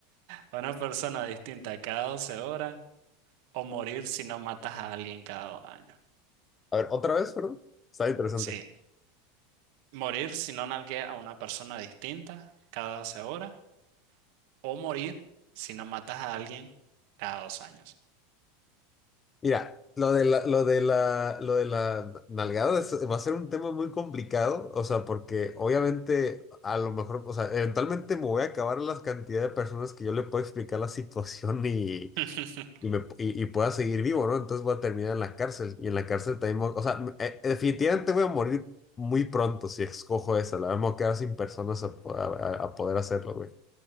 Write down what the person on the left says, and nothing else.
A ver, otra vez, perdón. Está interesante.
Mira, lo de la, lo de la, lo de la nalgada es- va a ser un tema muy complicado, o sea, porque obviamente a lo mejor, o sea, eventualmente me voy a acabar la cantidad de personas que yo le puedo explicar la situación y
y, me, y, y pueda seguir vivo, ¿no? Entonces voy a terminar en la cárcel y en la cárcel también, voy o sea, me- eh, definitivamente voy a morir muy pronto si escojo esa, la vamos a quedar sin personas a, po- a- a- a poder hacerlo, güey.